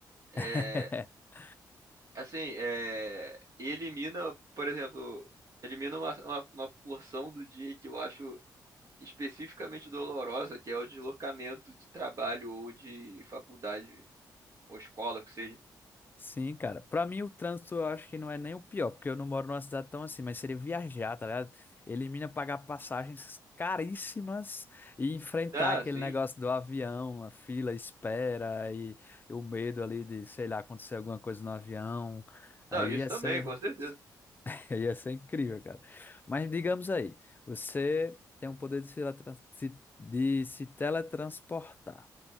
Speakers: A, on the right; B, on the left.
A: É,
B: <laughs>
A: assim, é, e elimina, por exemplo, elimina uma, uma, uma porção do dia que eu acho especificamente dolorosa, que é o deslocamento de trabalho ou de faculdade ou escola, que seja.
B: Sim, cara. Pra mim, o trânsito eu acho que não é nem o pior, porque eu não moro numa cidade tão assim, mas seria viajar, tá ligado? Elimina pagar passagens caríssimas e enfrentar
A: Ah,
B: aquele
A: sim.
B: negócio do avião, a fila, a espera e o medo ali de, sei lá, acontecer alguma coisa no avião. Aí
A: Não, isso
B: ia
A: também,
B: ser,
A: com certeza.
B: <laughs> ia ser incrível, cara. Mas digamos aí, você tem o poder de se, teletran- se- de se teletransportar.